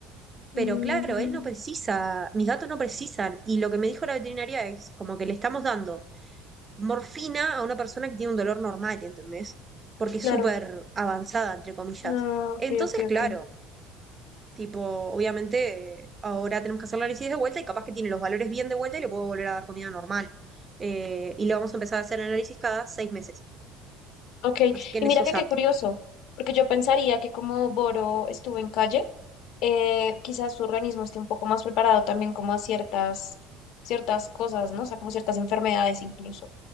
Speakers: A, on the left; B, on the right.
A: mm,
B: pero claro, él no precisa, mis gatos no precisan. Y lo que me dijo la veterinaria es como que le estamos dando morfina a una persona que tiene un dolor normal, ¿entendés? Porque es
A: claro,
B: súper avanzada, entre comillas.
A: ah,
B: Entonces,
A: ok, ok,
B: claro,
A: ok.
B: Tipo, obviamente, eh, ahora tenemos que hacer el análisis de vuelta y capaz que tiene los valores bien de vuelta y le puedo volver a dar comida normal. Eh, y le vamos a empezar a hacer análisis cada seis meses.
A: Ok,
B: Así que
A: y
B: en
A: mira
B: eso
A: que
B: saco.
A: qué curioso, porque yo pensaría que como Boro estuvo en calle, eh, quizás su organismo esté un poco más preparado también como a ciertas, ciertas cosas, ¿no? O sea, como ciertas enfermedades incluso.